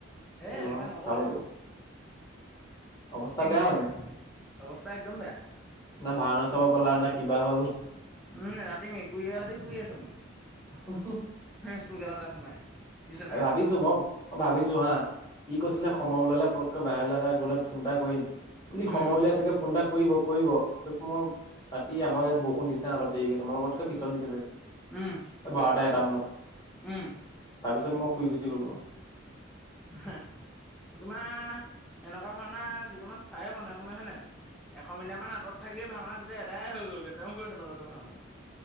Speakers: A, in the centre; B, on the left (about 20°).
A: হে
B: দিবাহো
A: একেবাৰে নকবাই।
B: চাব লাগিব অৱস্থা বেয়া
A: দিম
B: মানে
A: অৱস্থা একদম বেয়া।
B: না ভাওনা চাব পালা না কিবা হ'ল।
A: উম ৰাতি মেকুৰীয়েহতি শুই আছো মই।
B: <inaudible>
A: হে চুক এটাতে সোমাই। বিচনা
B: এ
A: এখনত।
B: ভাবিছো ম অঁ ভাবিছো হা, ই কৈছিলে সময় ওলালে পতকৈ বাহিৰলৈ এটা গ'লে ফোন এটা কৰিম। ই সময়
A: উম,
B: উলিয়াই চাগে ফোন এটা কৰিব কৰিব, তাপাছত মই ৰাতি আমাৰো ইয়াত বৰষুণ দিছে অলপ দেৰিকে তোমাৰ লোকতকৈ পিছত দিচে চাগে,
A: উম,
B: এ বাৰটা এটা মানত।
A: উম
B: তাৰপিছত মই শুই গুচি গলো।
A: হা তোমাৰ এনেকুৱা ভাওণা জীৱনত চায়েই পোৱা নাই গম পাইছা নাই। এশ মিটাৰ মান আঁতৰত থাকি ভাওনা গোটেই এদাই হৈ গলগৈ তেওঁ গৈ নাপালেগৈ ভাওনাত।